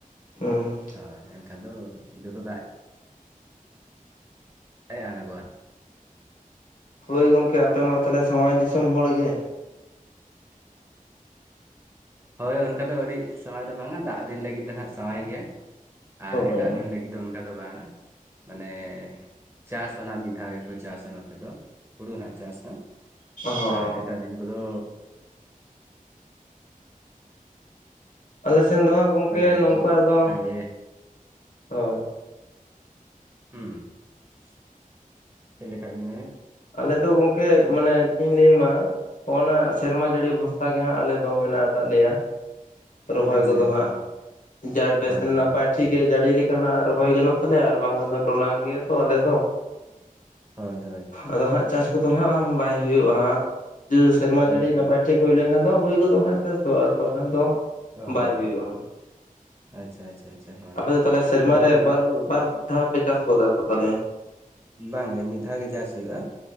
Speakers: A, on the left; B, on the right.
A: ᱦᱚᱸ
B: ᱦᱳᱭ ᱮᱱᱠᱷᱟᱱ ᱫᱚ ᱡᱚᱛᱚ ᱫᱟᱜ ᱦᱮᱸ ᱟᱲᱜᱚ <inaudible>
A: ᱦᱳᱭ ᱜᱚᱢᱠᱮ ᱟᱯᱮ ᱢᱟ ᱛᱟᱦᱚᱞᱮ ᱥᱟᱶᱟᱭ ᱫᱤᱥᱚᱢ ᱦᱚᱲ ᱜᱮ᱾
B: ᱦᱳᱭ ᱚᱱᱠᱟ ᱫᱚ ᱟᱹᱰᱤ ᱥᱟᱶᱟᱭ ᱫᱚ ᱵᱟᱝ-ᱟ ᱫᱟᱜ ᱫᱤᱱ ᱞᱟᱹᱜᱤᱫ ᱫᱚ ᱱᱟᱦᱟᱜ ᱥᱟᱶᱟᱭ ᱜᱮ ᱟᱨ
A: ᱦᱳᱭ
B: ᱮᱴᱟᱜ ᱫᱤᱱ ᱞᱟᱹᱜᱤᱫ ᱫᱚ ᱚᱱᱠᱟ ᱫᱚ ᱵᱟᱝ-ᱟ ᱢᱟᱱᱮ ᱪᱟᱥ ᱦᱚᱸ ᱱᱟᱜ ᱢᱤᱫ ᱫᱷᱟᱣ ᱜᱮᱠᱚ ᱪᱟᱥᱟ ᱱᱚᱛᱮ ᱫᱚ ᱦᱩᱲᱩ ᱦᱟᱸᱜ ᱪᱟᱥ
A: ᱦᱚᱸ
B: ᱟᱨ ᱮᱴᱟᱜ ᱫᱤᱱ ᱠᱚᱫᱚ
A: ᱟᱞᱮ ᱥᱮᱱ ᱫᱚ ᱦᱟᱸᱜ ᱜᱚᱝᱠᱮ
B: ᱢᱟᱱᱮ
A: ᱱᱚᱝᱠᱟ
B: ᱠᱚ
A: ᱫᱚ
B: ᱟᱜᱮ
A: ᱦᱳᱭ
B: ᱦᱩᱸ <unintelligible>
A: ᱟᱞᱮ ᱫᱚ ᱜᱚᱝᱠᱮ ᱢᱟᱱᱮ ᱪᱮᱫ ᱤᱧ ᱞᱟᱹᱭ ᱟᱢᱟ ᱚᱱᱟ ᱥᱮᱨᱢᱟ ᱡᱟᱹᱲᱤ ᱵᱷᱚᱨᱥᱟ ᱜᱮ ᱦᱟᱸᱜ ᱟᱞᱮ ᱫᱚ ᱢᱮᱱᱟᱜ ᱟᱠᱟᱫ ᱞᱮᱭᱟ ᱨᱚᱦᱚᱭ
B: ᱟᱪᱪᱷᱟ
A: ᱠᱚᱫᱚ
B: ᱟᱪᱪᱷᱟ
A: ᱦᱟᱸᱜ ᱡᱟ ᱵᱮᱥ
B: ᱦᱳᱭ ᱦᱳᱭ
A: ᱱᱟᱯᱟᱭ ᱴᱷᱤᱠ ᱴᱷᱤᱠᱮ ᱡᱟᱹᱲᱤ ᱞᱮᱠᱱᱟᱜ ᱨᱚᱦᱚᱭ ᱜᱟᱱᱚᱜ ᱛᱟᱞᱮᱟ ᱟᱨ ᱵᱟᱝᱠᱷᱟᱱ ᱫᱚ ᱴᱚᱞᱟᱝ ᱜᱮᱭᱟ ᱛᱚ ᱟᱞᱮ ᱫᱚ ᱾
B: ᱦᱳᱭ ᱾
A: ᱟᱫᱚ ᱦᱟᱸᱜ ᱪᱟᱥ ᱠᱚᱫᱚ ᱦᱟᱸᱜ ᱵᱟᱭ ᱦᱩᱭᱩᱜᱼᱟ ᱦᱟᱸᱜ ᱡᱟ ᱥᱮᱨᱢᱟ ᱡᱟᱹᱲᱤ
B: ᱟᱪᱪᱷᱟ
A: ᱱᱟᱯᱟᱭ
B: ᱟᱪᱪᱷᱟ
A: ᱴᱷᱤᱠ ᱦᱩᱭ ᱞᱮᱱᱠᱷᱟᱱ ᱫᱚ ᱦᱩᱭ ᱜᱚᱫᱚᱜᱼᱟ ᱦᱟᱸᱜ ᱪᱟᱥ ᱫᱚ ᱟᱨ ᱵᱟᱠᱷᱟᱱ ᱫᱚ
B: ᱚ
A: ᱵᱟᱭ
B: ᱦᱚᱸ
A: ᱦᱩᱭᱩᱜᱼᱟ᱾
B: ᱦᱚᱸ ᱟᱪᱪᱷᱟ ᱟᱪᱪᱷᱟ ᱟᱪᱪᱷᱟ ᱦᱳᱭ
A: ᱟᱯᱮ ᱫᱚ ᱛᱟᱞᱚᱦᱮ ᱥᱮᱨᱢᱟ
B: ᱦᱳᱭ
A: ᱨᱮ
B: ᱟᱞᱮ
A: ᱵᱟᱨ
B: ᱫᱚ
A: ᱵᱟᱨ ᱫᱷᱟᱣ ᱯᱮ ᱪᱟᱥ ᱜᱚᱫᱟ ᱛᱚ ᱛᱟᱞᱚᱦᱮ?
B: ᱵᱟᱝᱜᱮ ᱢᱤᱫ ᱫᱷᱟᱣ ᱜᱮ ᱪᱟᱥ ᱦᱩᱭᱩᱜᱼᱟ